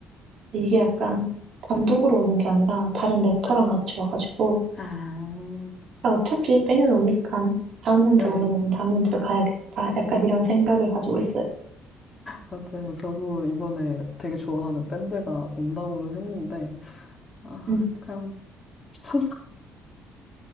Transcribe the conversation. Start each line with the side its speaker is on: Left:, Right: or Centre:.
Right: 이게 약간 단독으로 오는 게 아니라 다른 래퍼랑
Left: 네.
Right: 같이 와가지고
Left: 아,
Right: 아, 어차피 빼는 오니까 다음 연도
Left: 네.
Right: 오면은 다음 연도에 가야겠다. 약간 이런 생각을 가지고 있어요.
Left: 맞아요. 저도 이번에 되게 좋아하는 밴드가 온다고는 했는데, 아,
Right: 음,
Left: 그냥 천박이라는